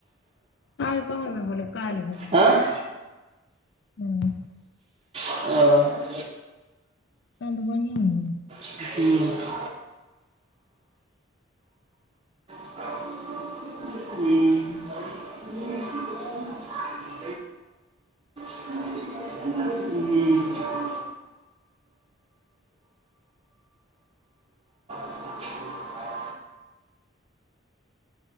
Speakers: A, on the left (about 60°); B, on the right (about 30°).
A: आइ कहां <inaudible> कैल्ह भे
B: ऐ।
A: हू
B: ह
A: तहन तऽ बढ़ियां है।
B: हूँ। हूँ। <unintelligible> हूँ। <unintelligible>